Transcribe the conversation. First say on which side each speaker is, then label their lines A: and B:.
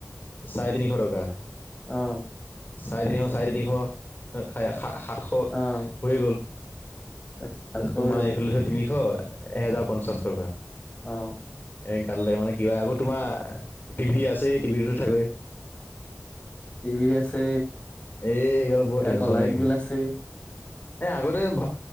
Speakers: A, on the left; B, on the left.
A: চাৰেতিনিশ টকা।
B: অ।
A: চাৰেতিনিশ চাৰেতিনিশ, সাত- সাতশ।
B: অ',
A: হৈ গ'ল,
B: তাতকৈ
A: তাৰপিছত তোমাৰ
B: অলপ
A: এইফালে তিনিশ, এহেজাৰ পঞ্চাশ টকা।
B: অ।
A: এই কালিলৈ মানে কিবা আকৌ তোমাৰ, টিভি আছে, টিভিটো থাকেই। <unintelligible>
B: টিভি আছে
A: এই গাল বহুত টেনছনেই।
B: আকৌ লাইট বিল আছে।
A: এ আগতে ভা,